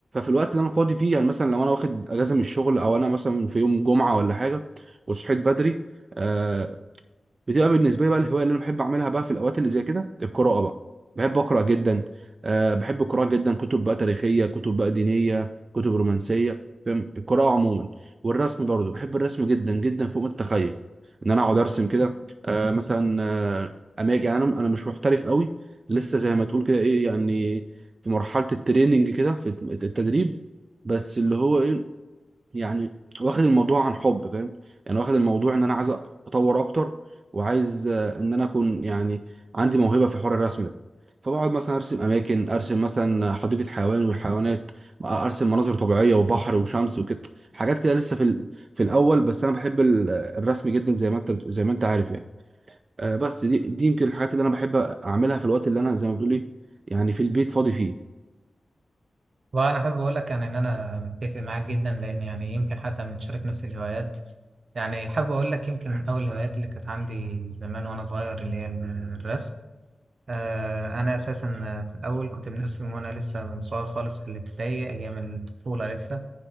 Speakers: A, on the right (about 55°); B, on the right (about 75°).
A: الوقت اللي انا فاضي فيه يعني مثلا لو انا واخد اجازه من الشغل او انا مثلا في يوم جمعه ولا حاجه وصحيت بدري آه، بتبقى بالنسبه لي بقى الهوايه اللي انا بحب اعملها بقى في الاوقات اللي زي كده القراءه بقى بحب اقرا جدا أه بحب القراءه جدا كتب بقى تاريخيه كتب بقى دينيه كتب رومانسيه فاهم القراءه عموما والرسم برضو بحب الرسم جدا جدا فوق ما تتخيل ان انا اقعد ارسم كده أه مثلا آه، اماجي يعني انا انا مش محترف قوي لسه زي ما تقول كده ايه يعني في مرحله التريننج كده في الت- التدريب بس اللي هو ايه يعني واخد الموضوع عن حب فاهم يعني واخد الموضوع ان انا عايز اطور اكتر وعايز آه، ان انا اكون يعني عندي موهبه في حوار الرسم ده فبقعد مثلا ارسم اماكن ارسم مثلا حديقه حيوان والحيوانات ارسم مناظر طبيعيه وبحر وشمس وكده حاجات كده لسه في ال- في الاول بس انا بحب ال- الرسم جدا زي ما انت بت- زي ما انت عارف يعني آه، بس دي دي يمكن الحاجات اللي انا بحب اعملها في الوقت اللي انا زي ما بتقول ايه يعني في البيت فاضي فيه
B: وانا حابب اقول لك يعني ان انا متفق معاك جدا لان يعني يمكن حتى بنتشارك نفس الهوايات يعني حابب اقول لك يمكن من اول الهوايات اللي كانت عندي زمان وانا صغير اللي هي الرسم آه، أنا أساسا في الأول كنت بنرسم وأنا لسه من صغير خالص في الابتدائي أيام الطفولة لسه